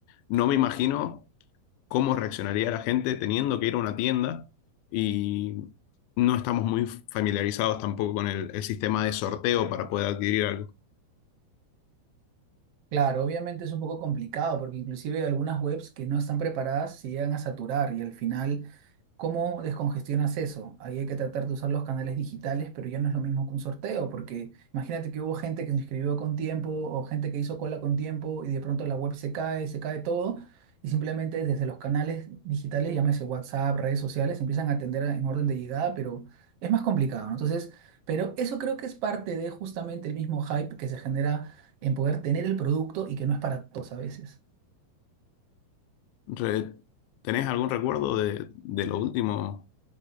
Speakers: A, on the left; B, on the right.
A: no me imagino cómo reaccionaría la gente teniendo que ir a una tienda y no estamos muy familiarizados tampoco con el, el sistema de sorteo para poder adquirir algo.
B: Claro, obviamente es un poco complicado porque inclusive algunas webs que no están preparadas se llegan a saturar y al final ¿Cómo descongestionas eso? Ahí hay que tratar de usar los canales digitales, pero ya no es lo mismo que un sorteo, porque imagínate que hubo gente que se inscribió con tiempo o gente que hizo cola con tiempo y de pronto la web se cae, se cae todo y simplemente desde los canales digitales, llámese WhatsApp, redes sociales, empiezan a atender en orden de llegada, pero es más complicado, ¿no? Entonces, pero eso creo que es parte de justamente el mismo hype que se genera en poder tener el producto y que no es para todos a veces.
A: Re- ¿tenés algún recuerdo de, de lo último